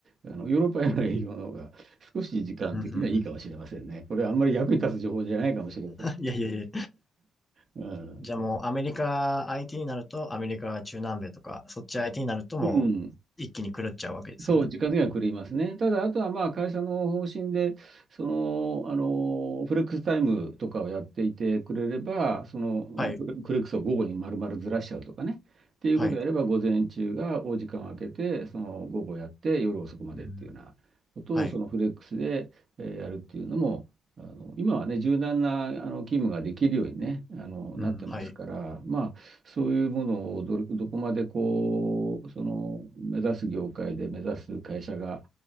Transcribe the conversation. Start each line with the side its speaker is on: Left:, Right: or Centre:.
Right: あの、ヨーロッパへの営業の方が少し時間的にはいいかもしれませんね。
Left: うん、うん、う
Right: これあんまり役に立つ情報じゃないかもしれません。
Left: ん <laughs>。いやいやいや。
Right: うん。
Left: じゃあもうアメリカ IT になると、アメリカ中南米とか、そっち IT になるともう一気に狂っちゃうわけですよね。
Right: うん。そう、時間的には狂いますね。ただ、あとはまあ会社の方針で、その、あの、フレックスタイムとかをやっていてくれれば、その、
Left: はい。
Right: フレフレックスを午後に丸々ずらしちゃうとかね、っていうことをやれば、
Left: はい。
Right: 午前中がお時間を空けて、その午後やって、夜遅くまでっていうようなことを、
Left: うん、はい。
Right: そのフレックスで、えーやるっていうのも、あの、今はね、柔軟なあの勤務ができるようにね、あの、
Left: うん、
Right: なってますから、
Left: はい。
Right: まあ、そういうものをどれ、どこまでこう、その目指す業界で目指す会社が、